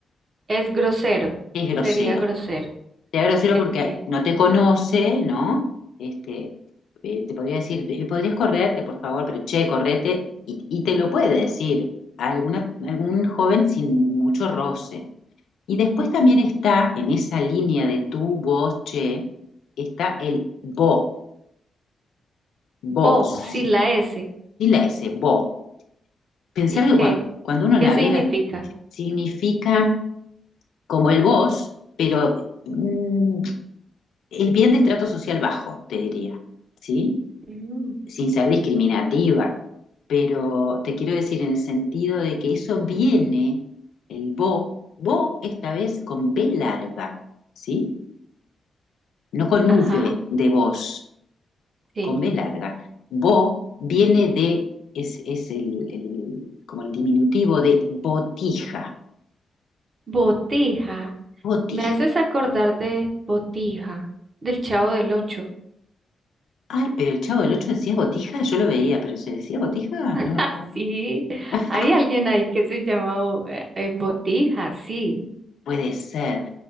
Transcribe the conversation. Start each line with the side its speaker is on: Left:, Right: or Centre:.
Right: Es grosero.
Left: es grosero.
Right: Sería grosero.
Left: Te da grosero
Right: Entiendo.
Left: porque no te conoce, ¿no? Este, eh, te podría decir, "Eh, podrías correrte, por favor, pero che, correte, y, y te lo puede decir a alguna, algún joven sin mucho roce. Y después
Right: Ujú.
Left: también está en esa línea de tú, vos, che, está el vos, vos,
Right: Bo, sin la S.
Left: Y la S, vos. Pensar
Right: ¿Y
Left: que
Right: qué?
Left: cua- cuando uno
Right: ¿Qué
Left: navega
Right: significa?
Left: significa como el vos, pero mm, es bien de estrato social bajo, te diría, ¿sí?
Right: Mm.
Left: Sin ser discriminativa, pero te quiero decir en el sentido de que eso viene, el vos, vos esta vez con B larga, ¿sí? No con V
Right: Ajá,
Left: de vos.
Right: sí.
Left: con B larga. Bo viene de, es, es el, el- como el diminutivo de botija,
Right: Botija.
Left: botija.
Right: Me haces acordar de Botija, del Chavo del Ocho.
Left: Ay, pero el Chavo del Ocho decía botija, yo lo veía, pero se decía botija,
Right: <laughs>
Left: no me acuerdo.
Right: Sí,
Left: <laughs>
Right: hay alguien ahí que se llama Bo- eh, eh, Botija, sí.
Left: Puede ser.